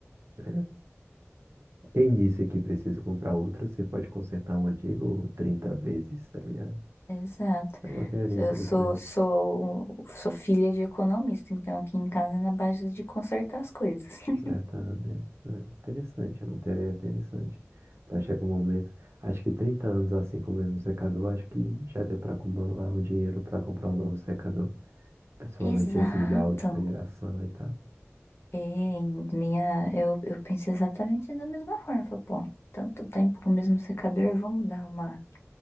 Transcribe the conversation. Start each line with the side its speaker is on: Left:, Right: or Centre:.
Right: É. Quem disse que precisa comprar outro, você pode consertar um antigo 30 vezes, tá ligado?
Left: Exato.
Right: É uma teoria
Left: Eu
Right: interessante.
Left: sou, sou, um, sou filha de economista, então aqui em casa é na base de consertar as coisas. <laughs>
Right: Com Certa, né? É interessante, é uma teoria interessante. Vai chegar um momento, acho que 30 anos assim com o mesmo secador, acho que já deu para acumular o dinheiro para comprar um novo secador. Principalmente
Left: Exato.
Right: esses da última geração e tal.
Left: E minha, eu, eu penso exatamente da mesma forma. Falei, pô, tanto tempo com o mesmo secador, vamos dar uma,